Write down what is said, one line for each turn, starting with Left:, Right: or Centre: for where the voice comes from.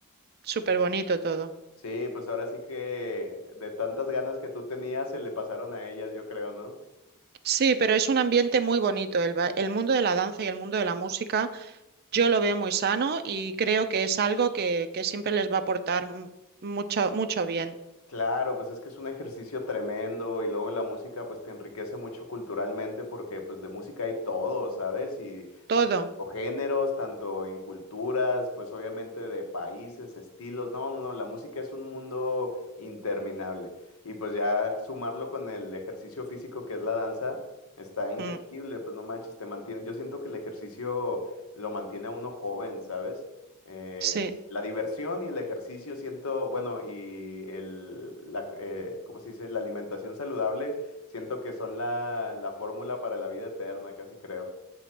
Right: súper bonito todo.
Left: Sí, pues ahora sí que de tantas ganas que tú tenías se le pasaron a ellas, yo creo, ¿no?
Right: Sí, pero es un ambiente muy bonito, el, ba- el mundo de la danza y el mundo de la música. Yo lo veo muy sano y creo que es algo que, que siempre les va a aportar m- mucho, mucho bien.
Left: Claro, pues es que es un ejercicio tremendo y luego la música pues te enriquece mucho culturalmente porque pues de música hay todo, ¿sabes? Y
Right: Todo.
Left: o géneros, tanto en culturas, pues obviamente de países, estilos. No, no, no, la música es un mundo interminable. Y pues ya sumarlo con el ejercicio físico que es la danza, está increíble,
Right: Mm,
Left: pues no manches, te mantiene. Yo siento que el ejercicio lo mantiene a uno joven, ¿sabes? Eh,
Right: sí.
Left: la diversión y el ejercicio siento, bueno, y el, la, eh, ¿cómo se dice? La alimentación saludable, siento que son la, la fórmula para la vida eterna, casi creo.